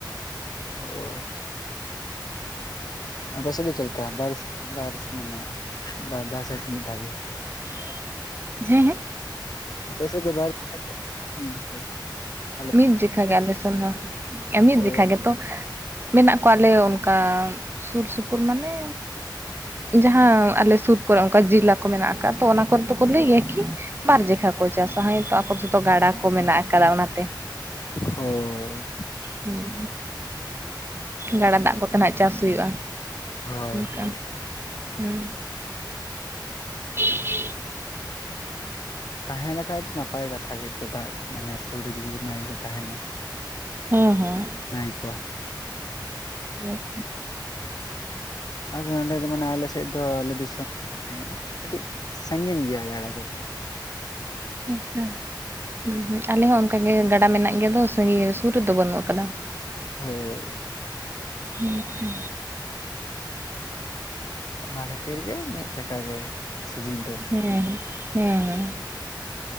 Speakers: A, on the left (about 55°); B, on the right (about 30°).
A: ᱦᱳᱭ᱾ ᱟᱯᱮ ᱥᱮᱫ ᱫᱚ ᱪᱮᱫ ᱞᱮᱠᱟ ᱵᱟᱭᱨᱮ ᱥᱮᱫ ᱵᱟᱭᱨᱮ ᱥᱮᱫ ᱢᱟᱱᱮ ᱵᱟᱨ ᱫᱷᱟᱣ ᱥᱮᱫ ᱢᱤᱫ ᱫᱷᱟᱣ ᱜᱮ?
B: <unintelligible> ᱦᱮᱸ ᱦᱮᱸ
A: ᱟᱯᱮ ᱥᱮᱫ ᱫᱚ ᱵᱟ <unintelligible>
B: ᱢᱤᱫ ᱡᱮᱠᱷᱟ ᱜᱮ ᱟᱞᱮ ᱥᱮᱱ ᱦᱚᱸ ᱢᱤᱫ
A: ᱚ
B: ᱡᱮᱠᱷᱟ ᱜᱮᱛᱚ, ᱢᱮᱱᱟᱜ ᱠᱚᱣᱟ ᱟᱞᱮ ᱚᱱᱠᱟ ᱥᱩᱨ ᱥᱩᱯᱩᱨ ᱢᱟᱱᱮ ᱡᱟᱦᱟᱸ ᱟᱞᱮ ᱥᱩᱨ ᱠᱚᱨᱮ ᱚᱱᱠᱟ ᱡᱮᱞᱟ ᱠᱚ ᱢᱮᱱᱟᱜ ᱠᱟᱜ ᱛᱚ ᱚᱱᱟ ᱠᱚᱨᱮ ᱫᱚᱠᱚ ᱞᱟᱹᱭ ᱜᱮᱭᱟ ᱠᱤ ᱵᱟᱨ ᱡᱮᱠᱷᱟ ᱠᱚ ᱪᱟᱥᱟ ᱦᱟᱭ ᱛᱚ ᱟᱠᱚ ᱥᱮᱫ ᱫᱚ ᱜᱟᱰᱟ ᱠᱚ ᱢᱮᱱᱟᱜ ᱠᱟᱫᱟ ᱚᱱᱟᱛᱮ᱾
A: ᱦᱳᱭ᱾
B: ᱦᱩᱸ᱾ ᱜᱟᱰᱟ ᱫᱟᱜ ᱠᱚᱛᱮ ᱱᱟᱸᱜ ᱪᱟᱥ ᱦᱩᱭᱩᱜᱼᱟ
A: ᱦᱳᱭ
B: ᱚᱱᱠᱟ
A: ᱦᱳᱭ
B: ᱦᱮᱸ᱾ <inaudible>
A: ᱛᱟᱦᱮᱸ ᱞᱮᱠᱷᱟᱡ ᱫᱚ ᱱᱟᱯᱟᱭ ᱠᱟᱛᱷᱟ ᱜᱮᱛᱚ ᱫᱟᱜ ᱢᱟᱱᱮ ᱥᱩᱨ ᱨᱮ ᱱᱟᱹᱲᱤ ᱠᱚ ᱛᱟᱦᱮᱸᱱᱟ
B: ᱦᱮᱸ ᱦᱮᱸ᱾
A: ᱱᱟᱹᱭ ᱠᱚ᱾
B: <inaudible>
A: ᱟᱞᱮ ᱱᱚᱸᱰᱮ ᱫᱚ ᱢᱟᱱᱮ ᱟᱞᱮ ᱥᱮᱫ ᱫᱚ ᱟᱞᱮ ᱫᱤᱥᱚᱢ ᱠᱟᱹᱴᱤᱡ ᱥᱟᱺᱜᱤᱱ ᱜᱮᱭᱟ ᱜᱟᱰᱟ ᱫᱚ᱾
B: ᱦᱮᱸᱥᱮ ᱦᱩᱸ ᱦᱩᱸ ᱟᱞᱮ ᱦᱚᱸ ᱚᱱᱠᱟ ᱜᱮ ᱜᱟᱰᱟ ᱢᱮᱱᱟᱜ ᱜᱮᱭᱟ ᱫᱚ ᱥᱟᱺᱜᱤ ᱥᱩᱨ ᱨᱮᱫᱚ ᱵᱟᱹᱱᱩᱜ ᱠᱟᱫᱟ᱾
A: ᱦᱳᱭ᱾
B: ᱦᱮᱸ ᱛᱚ᱾
A: ᱚᱱᱟ ᱠᱷᱟᱛᱤᱨ ᱜᱮ ᱢᱤᱫ ᱡᱟᱠᱷᱟ ᱜᱮ ᱥᱤᱡᱤᱱ ᱨᱮ᱾
B: ᱦᱮᱸ ᱦᱮᱸ᱾